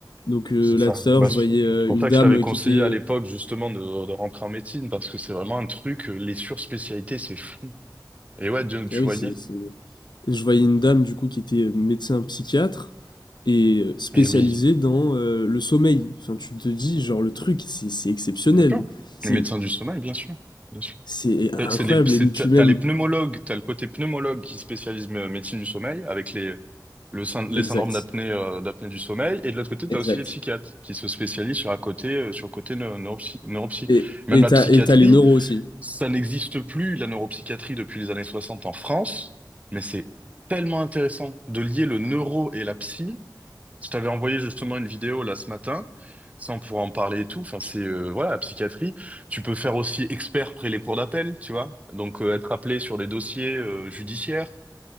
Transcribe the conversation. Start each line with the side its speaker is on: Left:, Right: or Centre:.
Left: Donc euh,
Right: C'est
Left: là,
Right: ça.
Left: tout à l'heure,
Right: Bah,
Left: je
Right: c'est
Left: voyais euh,
Right: c'est pour
Left: une
Right: ça
Left: dame
Right: que je t'avais conseillé
Left: qui était...
Right: à
Left: euh,
Right: l'époque, justement, de, de rentrer en médecine, parce que c'est vraiment un truc, euh, les surspécialités, c'est fou. Et ouais, Dieu, tu
Left: Ah oui,
Right: voyais?
Left: c'est... c'est- Je voyais une dame, du coup, qui était euh, médecin psychiatre et euh, spécialisée
Right: Eh oui,
Left: dans euh, le sommeil. Enfin, tu te dis, genre, le truc, c'est c'est exceptionnel.
Right: bien sûr.
Left: C'est
Right: Les médecins du sommeil, bien sûr. Bien sûr.
Left: c'est incroyable.
Right: Euh, C'est les, c'est-
Left: Et puis
Right: t'as t'as
Left: même...
Right: les pneumologues, t'as le côté pneumologue qui spécialise mé- médecine du sommeil avec les, le, syn- les
Left: Exact.
Right: syndromes d'apnée euh, d'apnée du sommeil. Et de l'autre côté, t'as
Left: Exact.
Right: aussi les psychiatres qui se spécialisent sur, à côté, euh, sur le côté neu- neuropsy, neuropsy.
Left: Et
Right: Même
Left: et
Right: la
Left: t'as
Right: psychiatrie,
Left: et t'as les neuros aussi.
Right: ça n'existe plus, la neuropsychiatrie, depuis les années 60 en France. Mais c'est tellement intéressant de lier le neuro et la psy. Je t'avais envoyé justement une vidéo là ce matin. Ça, on pourra en parler et tout. Enfin, c'est euh, voilà, la psychiatrie. Tu peux faire aussi expert près les cours d'appel, tu vois. Donc euh, être appelé sur des dossiers euh, judiciaires.